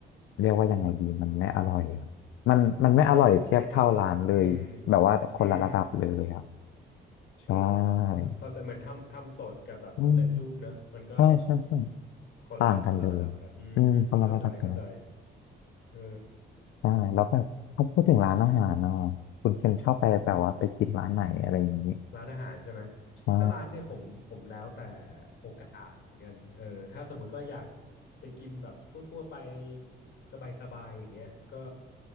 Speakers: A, on the left; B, on the left.
A: เรียกว่ายังไงดีมันไม่อร่อยอะมันมันไม่อร่อยเทียบเท่าร้านเลยแบบว่าคนละระดับเลยอ่ะ
B: ไม่ไม่เท่าเหรอ่ะอืมอืม
A: ใช่
B: เออเข้าเข้าใจเหมือนทำทำสดกับแบบสำเร็จรูปเนอะมันก็
A: อืมใช่ใช่ใช่
B: คนละคนละระดับกันอืมอืมอืมเข้าใจเข้าใจ
A: ต่างกันเลยอืมคนละระดับกันเลย
B: เออ
A: ใช่แล้วแบบเขาพูดถึงร้านอาหารเนาะคุณเคนชอบไปแบบว่าไปกินร้านไหนอะไรอย่างนี้
B: ร้านอาหารใช่ไหม
A: ใช่
B: ถ้าร้านเนี่ยผมผมแล้วแต่โอกาสเหมือนกันเออถ้าสมมติว่าอยากไปกินแบบทั่วๆไปสบายๆอย่างเงี้ยก็